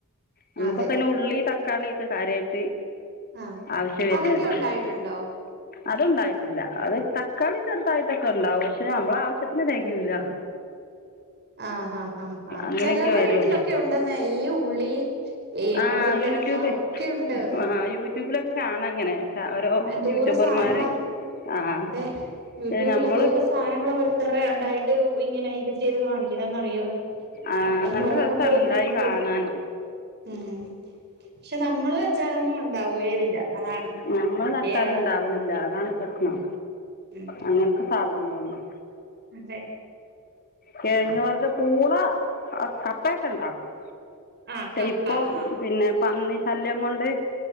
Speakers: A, on the left; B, on the right.
A: നമ്മുക്കൊക്കെന്നെ
B: അതെ
A: ഉള്ളി തക്കാളി ഒക്കെ കാര്യയിട്ട്
B: ആഹ്
A: ആവശ്യം വരുന്നത്
B: അതൊക്കെ ഉണ്ടായിട്ടുണ്ടോ
A: അത്ണ്ടായിട്ടില്ല അത് തക്കാളി ചെറുതായിട്ടൊക്കെ ഉണ്ടാവും പക്ഷെ അമ്മള ആവശ്യത്തിന് തികയൂല
B: ആഹ് ആഹ് ആഹ് ആ
A: അങ്ങനെയൊക്കെ
B: ചെലരുടെ
A: വരുള്ളൂ
B: വീട്ടിലൊക്കെ ഉണ്ടെന്നെ ഈ ഉള്ളി ഈ
A: ആ
B: ഉരുളക്കിഴങ്ങ്
A: യൂട്യൂബ്
B: ഒക്കെയുണ്ട്
A: ആ യൂട്യൂബിലൊക്കെ കാണാ ഇങ്ങനെ ഓരോ
B: എന്തോരം
A: യൂട്യൂബർമാര്
B: സാധനങ്ങളാ
A: ആഹ്
B: അതെ യൂട്യൂബിൽ
A: ഞമ്മള്
B: എന്തോരം സാധനങ്ങൾ ഓരോരുത്തരുടെ ഉണ്ടായിട്ട് ഇങ്ങനെ ഇത് ചെയ്ത് കാണിക്കുന്നന്ന്റിയോ
A: ആ
B: അപ്പം
A: നല്ല
B: മോഹം
A: രസാണ്
B: തോന്നും
A: ഉണ്ടായി
B: എനിക്കും.
A: കാണാന്
B: ഉം പക്ഷെ നമ്മള് വെ. ച്ചതൊന്നും ഉണ്ടാവുകയുമില്ല അതാണ്
A: നമ്മള്
B: പ്രത്യേകത
A: നട്ടാല് ഇണ്ടാവണില്ല അതാണ് പ്രശ്നം
B: ഉം
A: അങ്ങനത്തെ സാധനങ്ങളൊന്നും
B: അതെ
A: കെ ഴങ്ങ് വർഗം പൂള ആ കപ്പയൊക്കെ ഉണ്ടാക്കും
B: ആഹ് കപ്പ
A: ഇപ്പൊ
B: ആഹ്
A: പിന്നെ പന്നി ശല്യം കൊണ്ട് വരെ